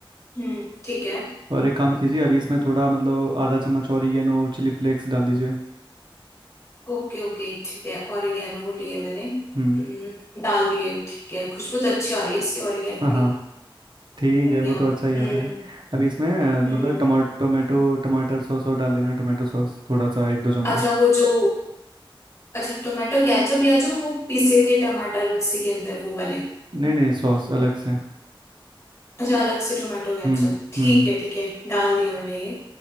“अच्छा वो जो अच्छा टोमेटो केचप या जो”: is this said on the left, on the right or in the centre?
Left